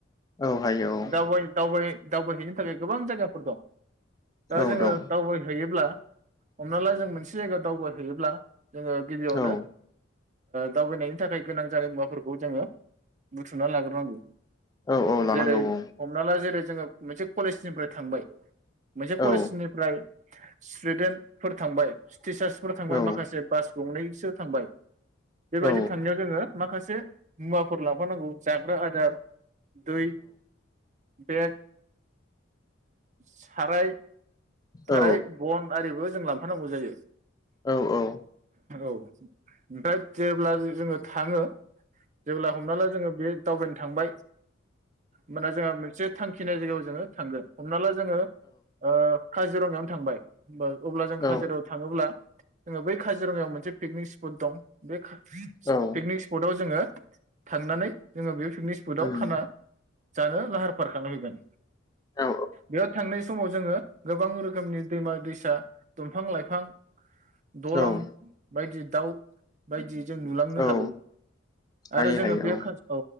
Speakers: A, on the left; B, on the right.
A: औ हायो औ
B: दाव दावबायनाय दावबायहैनो थाखाय गोबां जायगाफोर दं। दा
A: औ
B: जोङो
A: दं
B: दावबायहैयोब्ला हमना ला जों मोनसे जायगायाव दावबायहैयोब्ला। जोङो गिबियावनो।
A: औ
B: दावबायनायनि थाखाय गोनां जानाय मुवाफोरखौ जोङो बुथुमना लाग्रोनांगौ।
A: औ औ लानांगौ
B: जेरै
A: औ
B: हमना ला जेरै जोङो। मोनसे कलेजनिफ्राय थांबाय मोनसे
A: औ
B: कलेजनिफ्राय <unintelligible> स्टुदेन्टफोर थांबाय। टिचार्सफोर थांबाय
A: औ
B: माखासे बास गंनैसो थांबाय। बेबायदि
A: औ
B: थांनायाव जोङो। माखासे मुवाफोर लाफानांगौ जाग्रा आदार। दै। बेग साराय।
A: औ
B: राय। आरिबो जों लांफानांगौ जायो।
A: औ औ।
B: औ ओमफ्राय जेब्ला जोङो थाङो। जेब्ला हमना ला जोङो बे दावबायनो थांबाय मोना जोंहा मोनसे थांखि <unintelligible> जोङो थांगोन। हमना ला जोङो। ओ काजिरङायावनो थांबाय होमबा अब्ला जों काजिरङायाव
A: औ
B: थाङोब्ला जोङो बै काजि ङायाव मोनसे पिकनिक स्पट दं बे का
A: औ
B: पिकनिक स्पटाव जोङो थांनानै जोङो बे पिकनिक स्पटाव
A: उम
B: खाना जानो लाहार फाहार खालामहैगोन
A: औ
B: बेयाव थांनाय समाव जोङो गोबां रोखोमनि दैमा दैसा दंफां लाइफां दलां
A: औ
B: बायदि दाउ बायदि जों नुलांनो
A: औ
B: हागौ
A: हायो
B: आरो जोङो
A: हायो
B: बे काज औ।